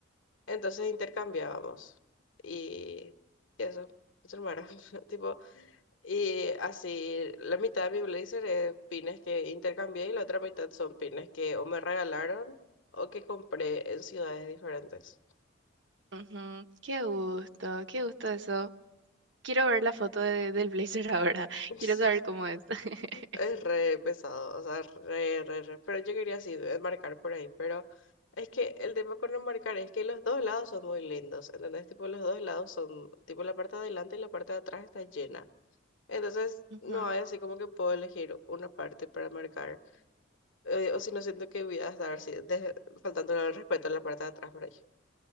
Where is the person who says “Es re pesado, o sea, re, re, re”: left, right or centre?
Left